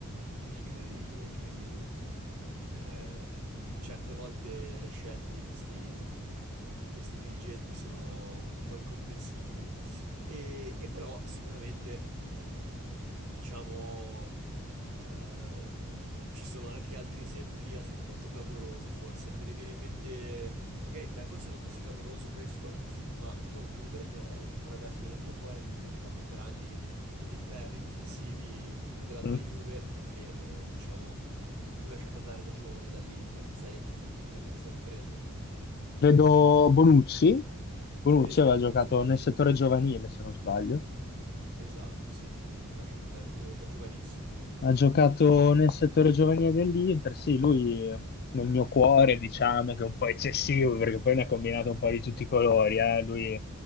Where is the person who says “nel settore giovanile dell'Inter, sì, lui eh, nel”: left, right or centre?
Left